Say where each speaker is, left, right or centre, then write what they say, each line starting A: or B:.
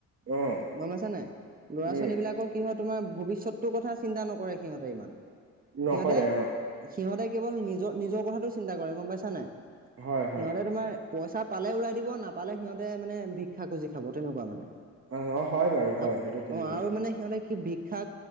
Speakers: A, on the right; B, on the right.
A: অ',
B: গম পাইছা নাই ল'ৰা-ছোৱালীবিলাকৰ
A: উম,
B: কি হয় তোমাৰ ভৱিষ্যতটোৰ কথা চিন্তা নকৰে সিহঁতে ইমান
A: নকৰে
B: সিহঁতে
A: অঁ
B: সিহঁতে কেৱল নিজৰ-নিজৰ কথাটো চিন্তা কৰে গম পাইছা নাই
A: হয়, হয়,
B: সিহতে তোমাৰ পইচা পালে ওৰাই দিব নাপালে সিহঁতে মানে ভিক্ষা খুজি খাব তেনেকোৱা মানে
A: অ', অ', হয় বাৰু হয়
B: আৰু
A: সেইটো তেনেকুৱা।
B: অ আৰু মানে সিহঁতে কি ভিক্ষা